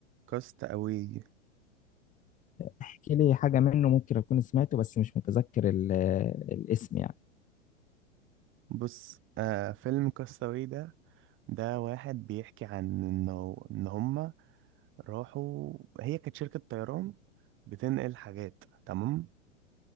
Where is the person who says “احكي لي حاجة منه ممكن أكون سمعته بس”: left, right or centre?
Left